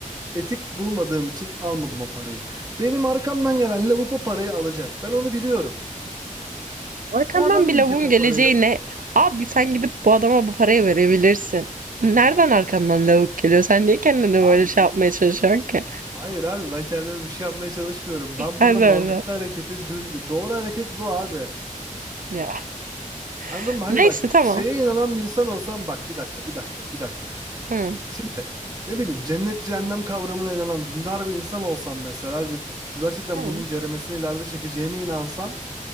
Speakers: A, on the right; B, on the right.
A: Etik bulmadığım için almadım o parayı. Benim arkamdan gelen lavuk o parayı alacak. Ben onu biliyorum.
B: Arkandan
A: O adam
B: bir
A: yiyecek
B: lavuğun
A: o
B: geleceğine
A: parayı.
B: abi sen gidip bu adama bu parayı verebilirsin. Nereden arkandan lavuk geliyor? Sen niye kendini
A: Abi
B: böyle şey yapmaya çalışıyorsun ki?
A: Hayır abi ben kendime bir şey yapmaya çalışmıyorum. Ben
B: Ben
A: burada mantıklı
B: de öyle.
A: hareketi dürüst. Doğru hareket bu abi.
B: Ya.
A: Anladın
B: <laughs>
A: mı? Hani
B: Neyse
A: bak
B: tamam.
A: şeye inanan bir insan olsam bak bir dakika bir dakika bir dakika.
B: Tamam.
A: Şimdi ne bileyim cennet cehennem kavramına inanan dindar bir insan olsam mesela ve gerçekten
B: Tamam.
A: bunun ceremesini ileride çekeceğime inansam